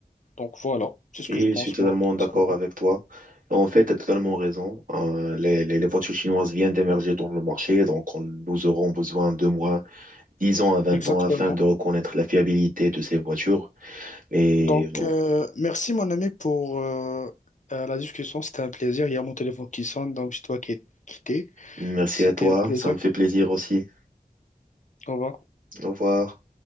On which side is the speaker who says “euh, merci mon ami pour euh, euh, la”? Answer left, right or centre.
Left